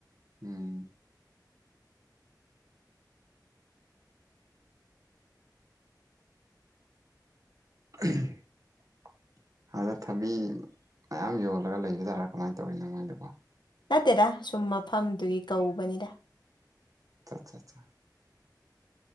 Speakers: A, on the right; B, on the left.
A: ꯎꯝ <inaudible> ꯑꯗ ꯊꯕꯤ ꯃꯌꯥꯝ ꯌꯣꯜꯂꯒ ꯂꯩꯕ ꯇꯔꯥ ꯀꯃꯥꯏꯅ ꯇꯧꯋꯤꯅꯣ ꯃꯣꯏꯗꯨꯕꯣ
B: ꯅꯠꯇꯦꯗ ꯁꯨꯝ ꯃꯐꯝꯗꯨꯒꯤ ꯀꯧꯕꯅꯤꯗ
A: ꯆꯥꯥ ꯆꯥ ꯆꯥ